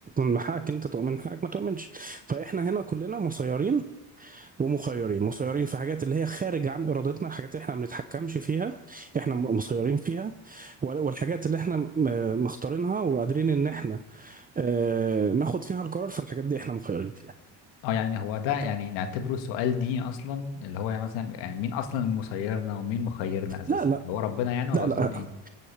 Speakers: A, on the right (about 20°); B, on the left (about 80°).
A: من حقك ان انت تؤمن من حقك ما تؤمنش فاحنا هنا كلنا مسيرين ومخيرين مسيرين في حاجات اللي هي خارج عن ارادتنا الحاجات اللي احنا ما بنتحكمش فيها احنا م- مسيرين فيها وال- والحاجات اللي احنا م- مختارينها وقادرين ان احنا آه، ناخد فيها القرار في الحاجات دي احنا مخيرين فيها
B: اه يعني هو ده
A: انت
B: يعني نعتبره سؤال ديني اصلا اللي هو يعني مثلا يعني مين اصلا مسيرنا ومين مخيرنا اساسا
A: لا لا
B: هو ربنا يعني ولا
A: لا
B: قصدهم
A: لا
B: ايه